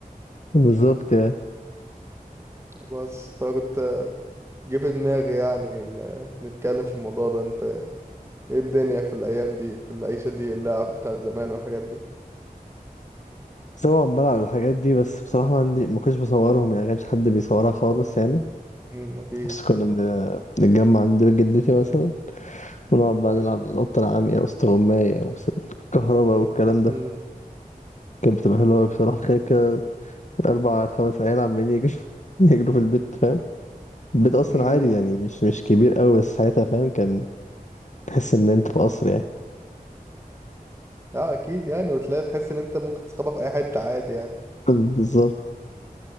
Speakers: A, on the left; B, on the right.
A: بالظبط يعني
B: بس فكنت جه في دماغي يعني إن نتكلم في الموضوع ده انت ايه الدنيا في الايام دي في العيشه دي اللعب بتاعت زمان والحاجات دي
A: طبعا بلعب الحاجات دي بس بصراحة ما عندي ما كنتش بصورهم يعني ما كانش حد بيصورها خالص يعني
B: امم اكيد
A: بس كنا بن- بنتجمع عند بيت جدتي مثلا ونقعد بقى نلعب القطة العامية واستغماية وكهرباء والكلام
B: مم.
A: ده كانت بتبقى حلوة أوي بصراحة تخيل كده أربع خمس عيال عمالين يجروا <laughs> يجروا في البيت فاهم البيت أصلا
B: امم
A: عادي يعني مش مش كبير أوي بس ساعتها فاهم كان تحس إن أنت في قصر يعني
B: اه اكيد يعني وتلاقي تحس ان انت ممكن تسخبها في اي حته عادي يعني
A: <laughs> بالظبط